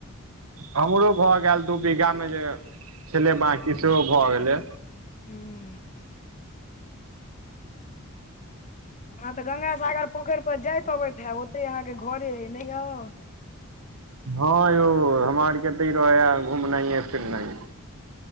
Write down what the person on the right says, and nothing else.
हमरो भए गेल दू बीघा मे जे छले बंकी सेहो भए गेलै,
हँ यौ हमरा आर केते रहैय घुमनाइ य फिरनाइ?